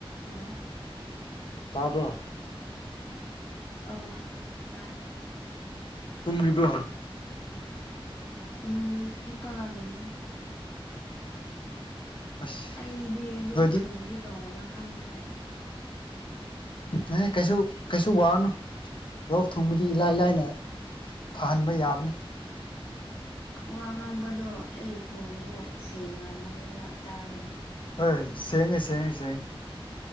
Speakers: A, on the left (about 25°); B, on the left (about 55°).
A: ꯂ
B: ꯇꯥꯕ꯭ꯔꯣ
A: ꯑ ꯇꯥꯏ
B: ꯇꯨꯝꯔꯤꯕ
A: ꯎꯝ ꯏꯄꯥ ꯀꯂꯦ
B: ꯑꯁ
A: ꯑꯩꯗꯤ ꯂ
B: ꯅꯣꯏꯗꯤ
A: ꯊꯨꯝꯁꯦ ꯇꯧꯔꯕ꯭ꯔꯥ ꯈꯪꯗ꯭ꯔꯦꯗ
B: ꯑꯦꯍ ꯀꯩꯁꯨ ꯀꯩꯁꯨ ꯋꯥꯅꯨ ꯂꯣꯛ ꯊꯨꯡꯕꯗꯤ ꯏꯂꯥꯏ ꯂꯥꯏꯅ ꯐꯍꯟꯕ ꯌꯥꯕꯅꯤ
A: ꯋꯥ ꯉꯥꯡꯕꯗꯣ ꯑꯩ ꯈꯣꯟꯗꯣ ꯁꯦꯡꯅꯔꯝꯃꯔꯣꯏꯕ ꯇꯥꯕꯗ
B: ꯍꯣꯏꯣꯏ ꯁꯦꯡꯉꯦ ꯁꯦꯡꯉꯦ ꯁꯦꯡꯉ